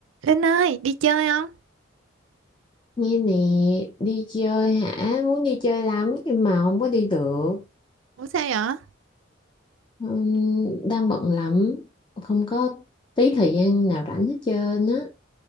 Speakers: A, on the right; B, on the left.
A: Linh ơi, đi chơi không?
B: Nghe nè, đi chơi hả? Muốn đi chơi lắm nhưng mà không có đi được.
A: Ủa sao vậy?
B: Ừm, đang bận lắm, không có tí thời gian nào rảnh hết trơn á.